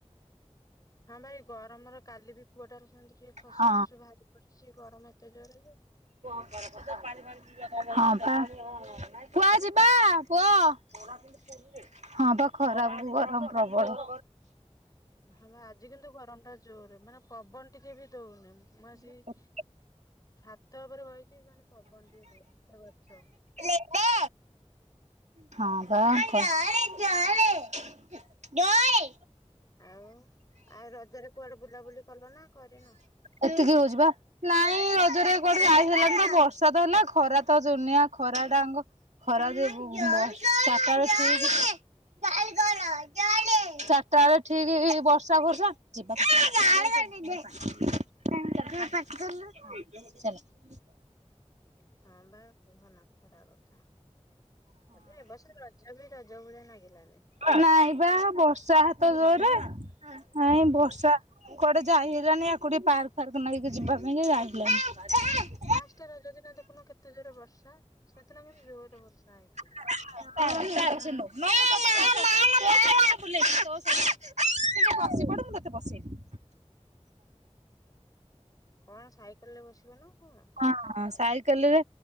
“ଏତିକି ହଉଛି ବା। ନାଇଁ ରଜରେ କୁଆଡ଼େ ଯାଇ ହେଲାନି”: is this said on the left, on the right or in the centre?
Right